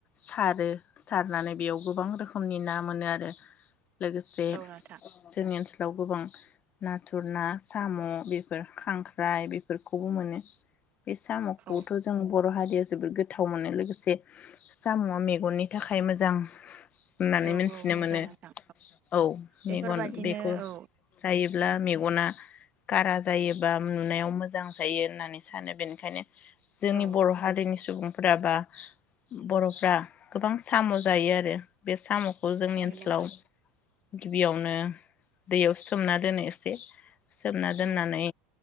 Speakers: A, on the left (about 35°); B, on the right (about 40°).
A: सारो सारनानै बेयाव गोबां रोखोमनि ना मोनो आरो। लोगोसे
B: औ नोंथां
A: जोंनि ओनसोलाव दाव गोबां नाथुर ना साम' बेफोर खांख्राइ बेफोरखौबो मोनो। बे साम'खौथ
B: औ
A: जों बर' हारि यो जोबोद गोथाव मोनो लोगोसे साम'आ मेगननि थाखाय मोजां। होननानै
B: औ
A: मिथिनो
B: औ मोजां
A: मोनो
B: नोंथां
A: औ
B: बेफोरबादिनो
A: मेगन बेखौ
B: औ
A: थायोब्ला मेगना गारा जायोबा नुनायाव मोजां जायो होननानै सानो बेनिखायनो जोंनि
B: औ
A: बर' हारिनि सुबुं फ्रा बा बर'फ्रा गोबां साम' जायो आरो। बे साम'खौ जोंनि
B: जायो
A: ओनसोलाव
B: नोंथां
A: गिबियावनो दैयावसो सोमना दोनो एसे सोमना दोननानै
B: औ